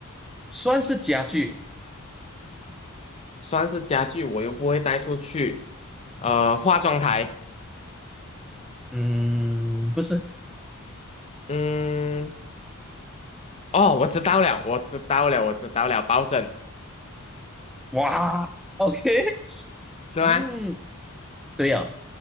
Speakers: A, in the centre; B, on the left.
A: 算是家具，
B: 算是家具，我又不会带出去。呃，化妆台，
A: 嗯，不是，
B: 嗯，哦，我知道了，我知道了，我知道了，抱枕
A: 哇，OK，<laughs>
B: 是吗
A: 嗯，对呀、哦